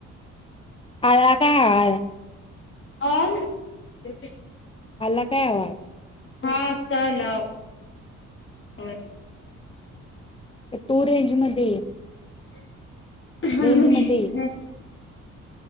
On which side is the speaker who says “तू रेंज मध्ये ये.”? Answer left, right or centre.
Left